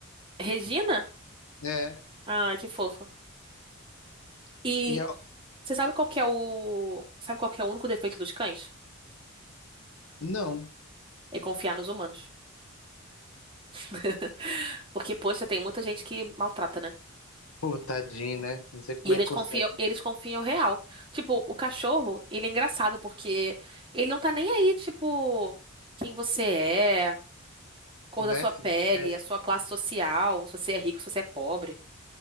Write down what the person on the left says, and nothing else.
né?
E eu...
Não.
Pô, tadinho, né? Não sei como
é que consegue,
né?
Se
você-